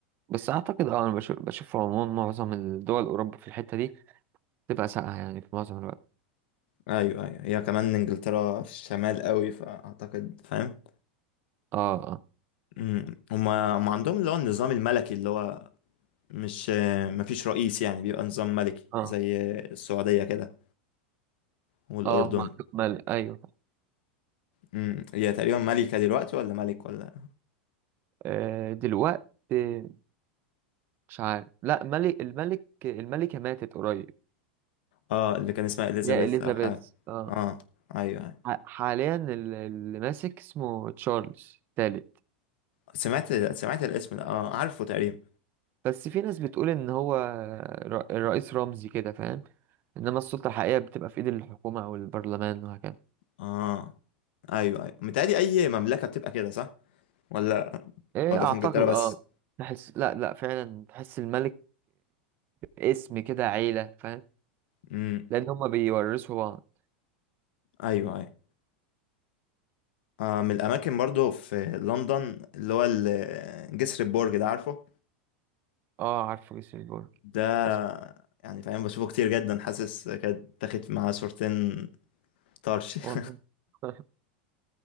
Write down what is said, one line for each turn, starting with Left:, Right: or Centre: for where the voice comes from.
Right: بس أعتقد اه أنا بشوف بشوف في العموم معظم الدول أوروبا في الحتة دي تبقى ساقعة يعني في معظم الوقت
Left: ايوه ايوه هي كمان انجلترا في الشمال قوي فاعتقد فاهم
Right: اه اه
Left: مم. هما هما عندهم اللي هو النظام الملكي اللي هو مش مفيش رئيس يعني بيبقى نظام ملكي
Right: اه
Left: زي السعودية كده والأردن
Right: اه ما عندهم مال أيوه
Left: مم. هي تقريبا ملكة دلوقتي ولا ملك ولا
Right: آه، دلوقتي مش عارف لا ملك الملك الملكة ماتت قريب
Left: اه اللي كان اسمها إليزابيث
Right: يا إليزابيث
Left: أو حاجة
Right: اه
Left: اه أيوه أيوه
Right: ح- حاليا ال- اللي ماسك اسمه تشارلز الثالث
Left: سمعت سمعت الاسم ده اه عارفه تقريبا
Right: بس في ناس بتقول ان هو ر- رئيس رمزي كده فاهم انما السلطة الحقيقية بتبقى في ايد الحكومة او البرلمان وهكذا
Left: اه أيوه أيوه متهيألي أي مملكة بتبقى كده صح ولا
Right: ايه
Left: ولا
Right: اعتقد
Left: في إنجلترا بس
Right: اه تحس لا لا فعلا تحس الملك اسم كده عيلة فاهم
Left: مم.
Right: لان هما بيورثوا بعض
Left: أيوه أيوه آه من الأماكن برضو في لندن اللي هو ال- جسر البرج ده عارفه
Right: اه عارفه جسر البرج
Left: ده
Right: اسمه
Left: يعني فاهم بشوفه كتير جدا حاسس كانت تاخد معاه صورتين طرش <laughs>
Right: والله <laughs> ما